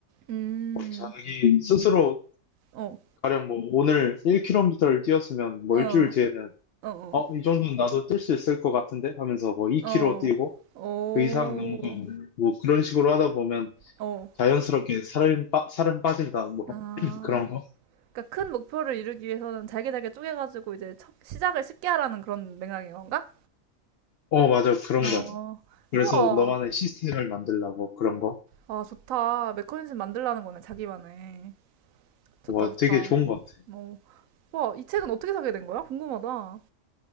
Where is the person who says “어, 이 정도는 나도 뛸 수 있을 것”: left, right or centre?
Left